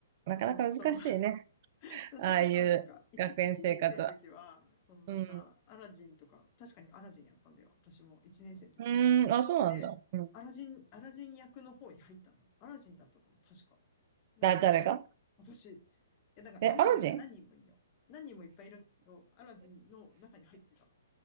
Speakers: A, on the right; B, on the left.
A: なかなか難しいね。
B: うん、そう。<laughs> 私はさ、
A: ああいう学園生活は。
B: なんか、一、一年生の時は、そのなんか、
A: うん。
B: アラジンとか、確かにアラジンやったんだよ。私も一年生の時に。
A: うーん、あ、そうなんだ。
B: で、
A: うん。
B: アラジン、アラジン役の方に入ったのよ。アラジンだったと思う、確か。だからだい、
A: だ、誰が
B: 私、え、だからアラジンが何人もいるの。
A: え、アラジン <laughs>
B: 何人もいっぱいいるんだけど、アラジンの中に入ってた。